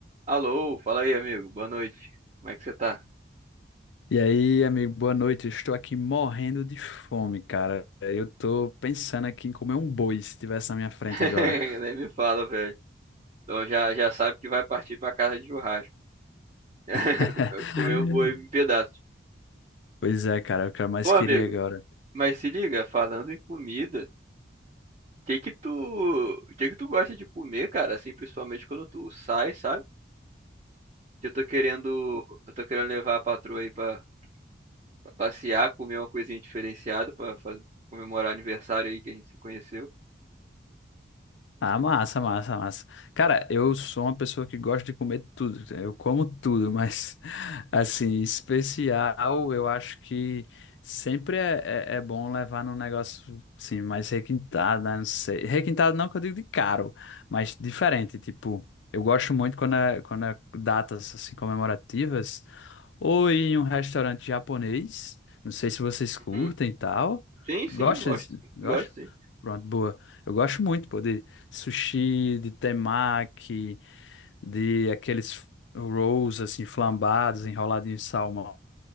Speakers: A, on the right; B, on the left.
A: Alô, fala aí, amigo. Boa noite. Como é que você tá?
B: E aí, amigo, boa noite. Eu Estou aqui morrendo de fome, cara. Eu tô pensando aqui em comer um boi se tivesse na minha frente
A: <laughs>
B: agora.
A: Nem me fala, velho. Então já, já sabe que vai partir pra casa de churrasco. <laughs>
B: <laughs>
A: Comer o boi em pedaços.
B: Pois é, cara, é o que eu mais
A: Ô, amigo,
B: queria agora.
A: mas se liga, falando em comida, o que que tu, o que que tu gosta de comer, cara? Assim, principalmente quando tu sai, sabe? Que Eu tô querendo, eu tô querendo levar a patroa aí pra, pra passear, comer uma coisinha diferenciada pra fazer, comemorar o aniversário aí que a gente se conheceu.
B: Ah, massa, massa, massa. Cara, eu sou uma pessoa que gosta de comer tudo. Eu como tudo, mas, <laughs> assim, especial, eu acho que sempre é, é, é bom levar num negócio, assim, mais requintado, né? Não sei. Requintado não que eu digo de caro, mas diferente. Tipo, eu gosto muito quando é, quando é datas, assim, comemorativas ou em um restaurante japonês. Não sei se vocês curtem
A: Hum,
B: e tal.
A: Sim, sim,
B: Gosta?
A: gosto,
B: Gosta?
A: gosto sim.
B: Pronto, boa. Eu gosto muito, pô, de sushi, de temaki, de aqueles rolls assim flambados, enroladinhos em salmão.